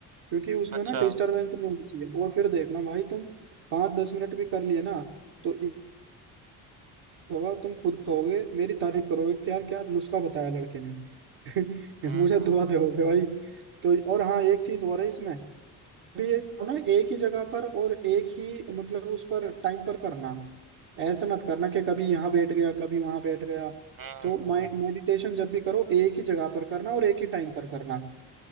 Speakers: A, on the right; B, on the right.
A: क्योंकि उसमें
B: अच्छा
A: ना डिस्टरबेंस नहीं होनी चाहिए और फिर देखना भाई तुम पाँच दस मिनट भी कर लिए ना तो एक होगा तुम खुद कहोगे मेरी तारीफ करोगे कि यार क्या नुस्खा बताया लड़के ने <laughs>
B: हम्म
A: मुझे दुआ दोगे भाई तो और हाँ एक चीज और है इसमें भी ये करो ना एक ही जगह पर और एक ही मतलब उस पर टाइम पर करना ऐसे मत करना कि कभी यहाँ बैठ गया कभी वहां बैठ गया
B: हम्म
A: तो मेडिटेशन
B: हम्म,
A: जब भी करो एक ही जगह पर करना और एक ही टाइम पर करना